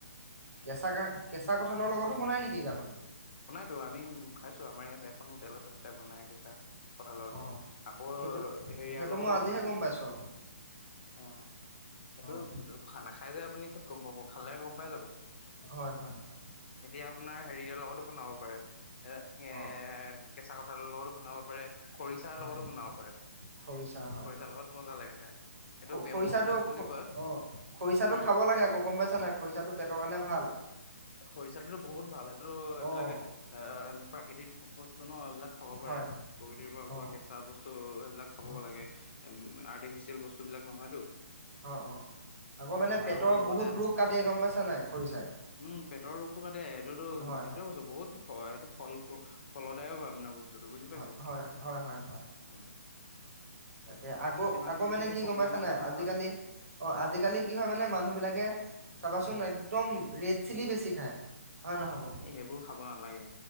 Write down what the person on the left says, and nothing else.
তহ আমি খাইছো আমাৰ ইয়াত এখনো তেল আছে তাতে বনাই কেচা কঠালৰ লগত
আকৌ
হেৰিয়াৰ
লগতো
বনাই তো
অহ', এইেটো
খ নাখাই যে আপুনি ত গম পাব খালে গম পাই যাব।
এতিয়া আপোনাৰ লগত বনাব পাৰে এহ
' কেঁচা কৰ লগত বন হব পাৰে। খৰিচাৰ
লগতো বনাব পাৰে।
খৰিচাৰ লগত মজা লাগে খাই এইটো
বেম্ব
চুট বুলি কয়
উম
খৰিচাটোতো বহুত ভাল হয়। ত এইবিলাকে
এহ ' প্ৰাকৃতিক বস্তু ন এইবিলাক খাব পাৰে
প্ৰকৃতিৰ পৰা পোৱা
কেচা বস্তু সেইবিলাক খাব
লাগে উম। আৰ্টিফিচিয়েল বস্তুবিলাক নহয়তো।
আৰু
লগতে
উম পেটৰ ৰোগটো কাটে আৰুটো
এটোয়ে
কৈছো বহুত হয় সেইটো ফল ফলদায়ক হয় মানে বস্তু। তো বুজি পাইছে
উম।
যিমান
খিনি
প্ৰব্লেম
আছে মানুহৰ
এ সেইবোৰ খাব নালাগে